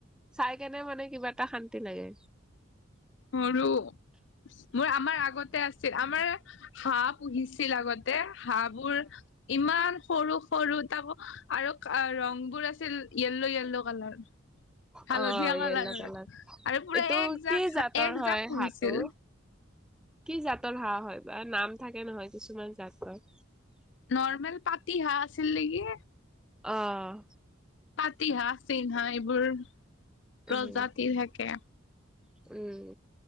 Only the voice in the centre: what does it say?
চাই কেনে মানে কিবা এটা শান্তি লাগে।
অ'
য়েল্ল'
কালাৰ
এইটো
কি জাতৰ
হয়
হাঁহটো? কি জাতৰ হাঁহ হয় বা নাম থাকে নহয় কিছুমান জাতৰ?
অঁহহ।
উম,
উম